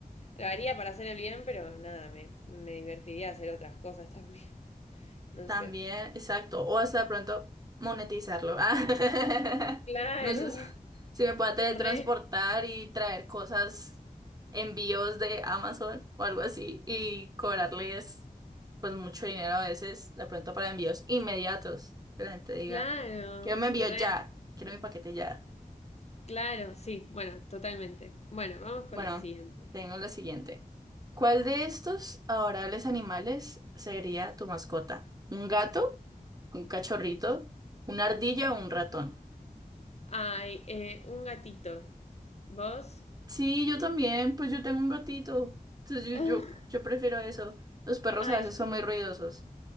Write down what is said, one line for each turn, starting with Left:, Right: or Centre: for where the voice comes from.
Left: lo haría para hacer el bien, pero nada, me, me divertiría hacer otras cosas también, <laughs> no
Right: También,
Left: sé.
Right: exacto. O hasta de pronto monetizarlo. Ah,
Left: Claro,
Right: <laughs> No sé si me pueda teletransportar
Left: re,
Right: y traer cosas, envíos de Amazon o algo así, y cobrarles pues mucho dinero a veces, de pronto para envíos inmediatos. Que la gente diga,
Left: claro,
Right: quiero mi envío
Left: re.
Right: ya, quiero mi paquete ya.
Left: Claro, sí, bueno, totalmente. Bueno, vamos con
Right: Bueno,
Left: la siguiente.
Right: tengo la siguiente. ¿Cuál de estos adorables animales sería tu mascota? ¿Un gato? ¿Un cachorrito? ¿Una ardilla o un ratón?
Left: Ay, eh, un gatito. ¿Vos?
Right: Sí, yo también, pues yo tengo un gatito. Entonces yo,
Left: <laughs>
Right: yo, yo prefiero eso. Los perros
Left: Ah,
Right: a
Left: Ay,
Right: veces
Left: yo-
Right: son muy ruidosos.